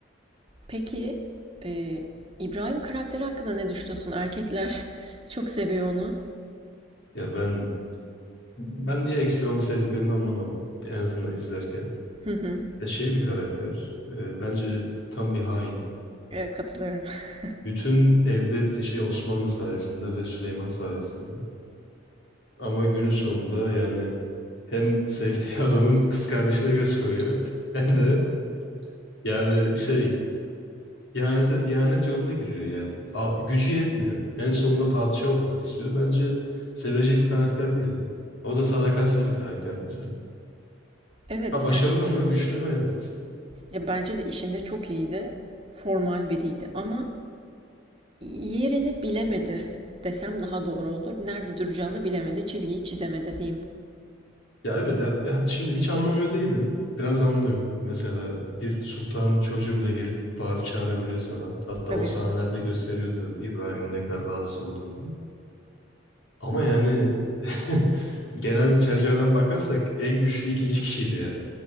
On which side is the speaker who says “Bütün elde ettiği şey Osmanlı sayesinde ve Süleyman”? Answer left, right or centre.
Left